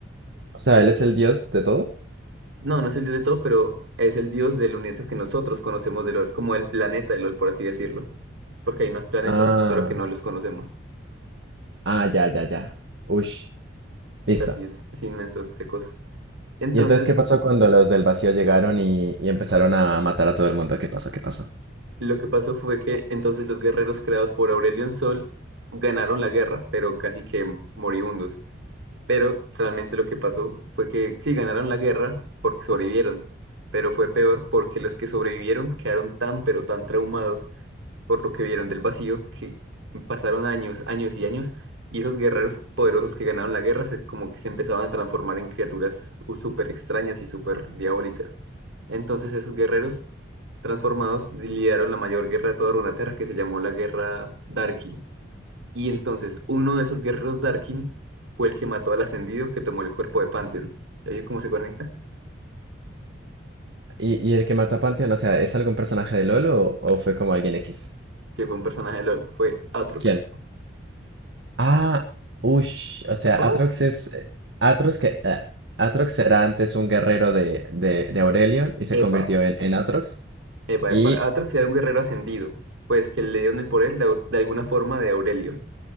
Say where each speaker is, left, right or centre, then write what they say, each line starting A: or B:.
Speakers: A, on the right; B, on the right.
A: O sea, él es el dios de todo.
B: No, no es el dios de todo, pero es el dios del universo que nosotros conocemos de LOL, como el planeta de LOL, por así decirlo. Porque hay más planetas,
A: Ah,
B: solo que no los conocemos.
A: ah, ya, ya, ya. Ush, listo.
B: Así es, es inmenso ese coso. Entonces,
A: ¿Y entonces qué pasó cuando los del vacío llegaron y, y empezaron a matar a todo el mundo? ¿Qué pasó? ¿Qué pasó?
B: Lo que pasó fue que entonces los guerreros creados por Aurelion Sol ganaron la guerra, pero casi que moribundos. Pero realmente lo que pasó fue que sí ganaron la guerra porque sobrevivieron, pero fue peor porque los que sobrevivieron quedaron tan pero tan traumados por lo que vieron del vacío que pasaron años, años y años y esos guerreros poderosos que ganaron la guerra se, como que se empezaban a transformar en criaturas súper extrañas y súper diabólicas. Entonces esos guerreros transformados lideraron la mayor guerra de toda Runeterra que se llamó la Guerra Darkin. Y entonces uno de esos guerreros Darkin fue el que mató al ascendido que tomó el cuerpo de Pantheon. ¿Ya vio cómo se conecta?
A: ¿Y, y el que mató a Pantheon, o sea, es algún personaje de LoL o, o fue como alguien X?
B: Sí, fue un personaje de LOL, fue Atrox.
A: ¿Quién? Ah, ush, o sea,
B: ¿What?
A: Atrox es... eh, Atrox que... eh, Atrox era antes un guerrero de, de, de Aurelion y se
B: Epa,
A: convirtió en, en Atrox.
B: epa,
A: Y
B: epa. Atrox era un guerrero ascendido, pues que le dieron el por él de, de alguna forma de Aurelion.